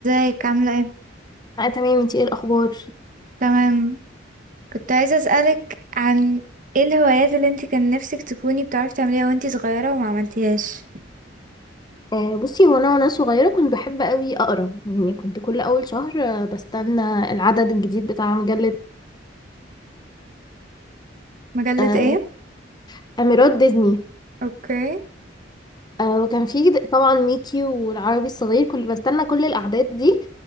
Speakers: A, on the right (about 45°); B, on the left (about 20°).
A: ازيك عاملة ايه؟
B: اه تمام انتي ايه الاخبار
A: تمام كنت عايزة اسألك عن ايه الهوايات اللي انت كان نفسك تكوني بتعرفي تعمليها وانت صغيرة وما عملتيهاش
B: آه بصي هو انا وانا صغيره كنت بحب قوي اقرا يعني كنت كل اول شهر آه، بستنى العدد الجديد بتاع مجله
A: مجلة
B: آه
A: ايه؟
B: اميرات ديزني
A: اوكي
B: آه وكان في د- طبعا ميكي والعربي الصغير كنت بستنى كل الأعداد دي